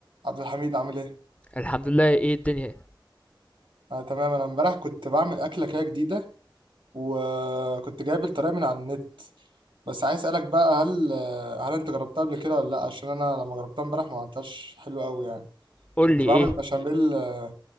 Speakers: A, on the right (about 80°); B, on the left (about 15°).
A: عبد الحميد عامل ايه؟
B: الحمد لله ايه الدنيا
A: آه تمام انا امبارح كنت بعمل اكله كده جديده وكنت جايب الطريقه من على النت بس عايز اسالك بقى هل آه، هل انت جربتها قبل كده ولا لا عشان انا لما جربتها امبارح ما عملتهاش حلو قوي يعني
B: قول
A: كنت
B: لي ايه
A: بعمل بشاميل آه،